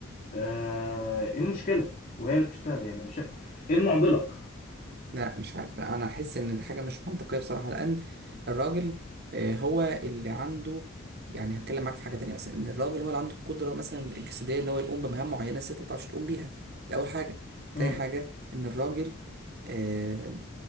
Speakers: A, on the left; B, on the right.
A: آه، ايه المشكله وهي اللي بتشتغل يعني مش ايه المعضله
B: لا مش عارف لا انا احس ان دي حاجه مش منطقيه بصراحه لان الراجل آه، هو اللي عنده يعني هتكلم معاك في حاجه تانية مثلا ان الراجل هو اللي عنده القدره مثلا الجسديه ان هو يقوم بمهام معينه الست ما بتعرفش تقوم بيها دي اول حاجه
A: امم
B: تاني حاجه ان الراجل آه،